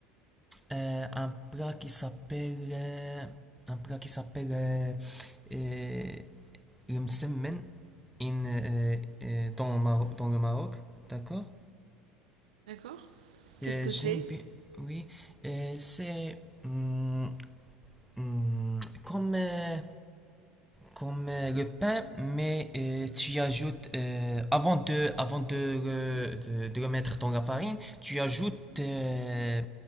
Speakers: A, in the centre; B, on the right (about 65°).
A: euh, un plat qui s'appelle euh, un plat qui s'appelle euh, euh, le msemen in, euh, euh, dans, le Maroc, dans le Maroc. D'accord?
B: D'accord Qu'est-ce
A: Euh,
B: que
A: j'aime
B: c'est
A: bien. Oui. Euh, c'est hmm, hmm, comme euh, comme euh, le pain, mais euh, tu y ajoutes, euh, avant de, avant de, le- de, de le mettre dans la farine, tu ajoutes euh,